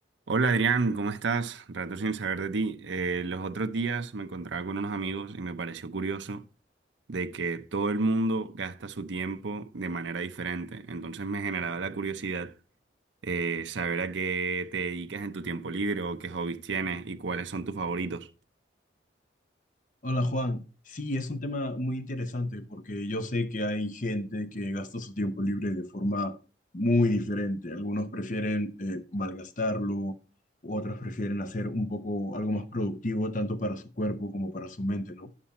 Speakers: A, on the right (about 80°); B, on the left (about 45°).
A: Hola Adrián, ¿cómo estás? Rato sin saber de ti. Eh, los otros días me encontraba con unos amigos y me pareció curioso de que todo el mundo gasta su tiempo de manera diferente. Entonces me generaba la curiosidad eh, saber a qué te dedicas en tu tiempo libre o qué hobbies tienes y cuáles son tus favoritos.
B: Hola Juan, sí, es un tema muy interesante porque yo sé que hay gente que gasta su tiempo libre de forma muy diferente. Algunos prefieren eh, malgastarlo, otros prefieren hacer un poco algo más productivo tanto para su cuerpo como para su mente, ¿no?